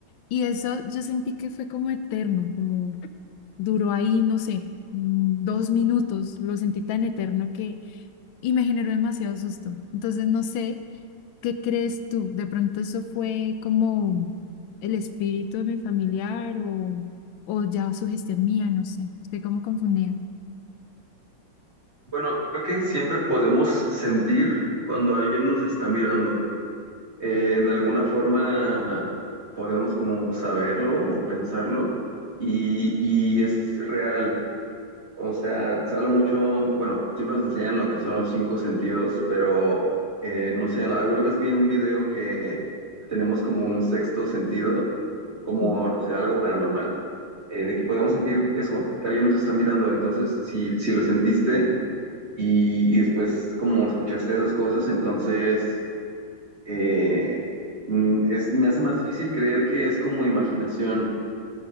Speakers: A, on the left; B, on the right.
A: Y eso yo sentí que fue como eterno, como Duró ahí, no sé, mm, dos minutos, lo sentí tan eterno que, y me generó demasiado susto. Entonces, no sé, ¿qué crees tú? ¿De pronto eso fue como el espíritu de mi familiar o, o ya sugestión mía? No sé, estoy como confundida.
B: Bueno, creo que siempre podemos sentir cuando alguien nos está mirando. Eh, de alguna forma podemos como saberlo o pensarlo y, y es real. O sea, se habla mucho, bueno, siempre nos enseñan lo que son los cinco sentidos, pero eh, no sé, alguna vez vi un video que tenemos como un sexto sentido, como,
A: Sí.
B: no sé, algo paranormal, eh, de que podemos sentir eso, que alguien nos está mirando. Entonces, si, si lo sentiste y, y después como escuchaste esas cosas, entonces eh, mm, es, me hace más difícil creer que es como imaginación.